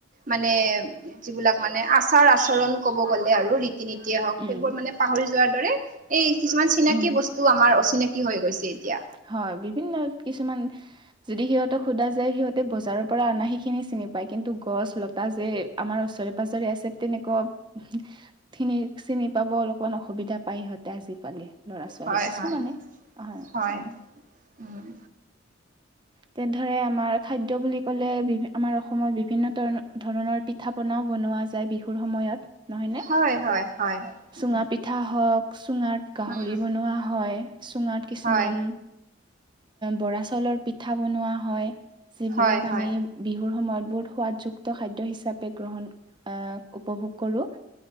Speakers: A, on the right; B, on the right.
A: মানে যিবিলাক মানে আচাৰ আচৰণ কব গ'লে আৰু ৰীতি- নীতিয়ে হ'ওক
B: উম
A: সেইবোৰ মানে। পাহৰি যোৱাৰ দৰে, এই কিছুমান চিনাকি
B: উম
A: বস্তু আমাৰ অচিনাকি হৈ গৈছে এতিয়া।
B: হয়, বিভিন্ন কিছুমান যদি সিহঁতক সোধা যায়, সিহঁতে বজাৰৰ পৰা অনাহিখিনি চিনি পায়, কিন্তু গছ-লতা যে আমাৰ ওচৰে-পাজৰে আছে, তেনেকুৱা <inaudible> চিনি পাব, অলপমান অসুবিধা পায় সিহঁতে আজিকালি। ল'ৰা-ছোৱালী
A: হয়
B: কিছুমানে
A: হয়
B: হয়।
A: হয়,
B: অ
A: উম,
B: তেনে ধৰে আমাৰ খাদ্য বুলি ক'লে, বি আমাৰ অসমত বিভিন্নৰ ধৰণৰ পিঠা পনা, বনোৱা যায়, বিহুৰ সময়ত নহয়নে।
A: হয় হয় হয় উম
B: চুঙা পিঠা হ'ওক, চুঙাত গাহৰি
A: উম
B: বনোৱা হয়, চুঙাত কিছুমান
A: হয়
B: বৰা চাউলৰ পিঠা বনোৱা হয়, যিবিলাক
A: হয় হয়
B: আমি বিহুৰ সময়ত বহুত সোৱাদ যুক্ত খাদ্য হিচাপে গ্ৰহণ আহ, উপভোগ কৰোঁ।